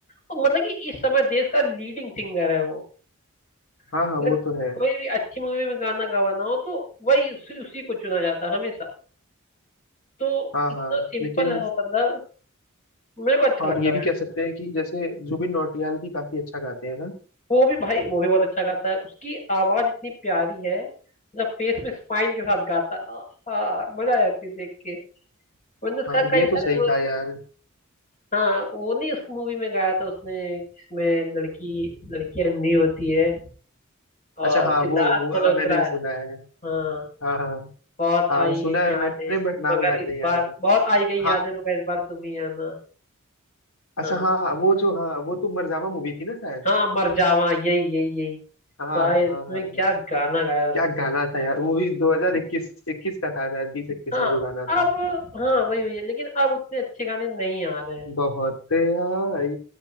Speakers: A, on the left; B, on the left.
A: और मतलब कि इस समय देश का लीडिंग सिंगर है वो
B: हाँ
A: अगर
B: हाँ वो तो है
A: कोई भी अच्छी मूवी में गाना गवाना हो तो वही उसी, उसी को चुना जाता है हमेशा तो
B: हाँ
A: इतना
B: हाँ
A: सिंपल
B: लेकिन
A: है वो बंदा मेरे को अच्छा
B: और
A: लगता
B: ये
A: है
B: भी कह सकते हैं कि जैसे जुबिन नौटियाल भी काफी अच्छा गाते हैं ना
A: वो भी भाई वो भी बहुत अच्छा गाता है उसकी आवाज इतनी प्यारी है जब फेस में स्माइल के साथ गाता है आ, आ, मजा आ जाती है देख के मैंने उसका
B: हाँ
A: कई
B: ये
A: सारे
B: तो सही
A: वो
B: कहा यार
A: हाँ वो नहीं उस मूवी में गाया था उसने जिसमें लड़की लड़की अंधी होती है
B: अच्छा
A: और
B: हाँ
A: सिद्धार्थ
B: वो वो
A: मल्होत्रा
B: वाला मैंने भी
A: है
B: सुना है
A: हाँ
B: हाँ हाँ
A: बहुत
B: हाँ
A: आई
B: सुना
A: गई
B: है
A: यादें
B: मैंने बट नाम
A: मगर
B: याद
A: इस
B: नहीं आ
A: बार
B: रहा है
A: बहुत आई गई यादें
B: हाँ
A: मगर इस बार तुम ही आना
B: अच्छा
A: हाँ
B: हाँ हाँ, वो जो हाँ वो तो मरजावा मूवी थी ना शायद
A: हाँ मर जावा यही यही यही
B: हाँ हाँ
A: भाई इसमें
B: हाँ हाँ हाँ।
A: क्या गाना गाया उसने
B: क्या गाना था यार वो भी 2021 21 का था शायद 20 21
A: हाँ
B: में जो गाना था
A: अब हाँ वही हुई है लेकिन अब उतने अच्छे गाने नहीं आ रहे हैं
B: बहुत आई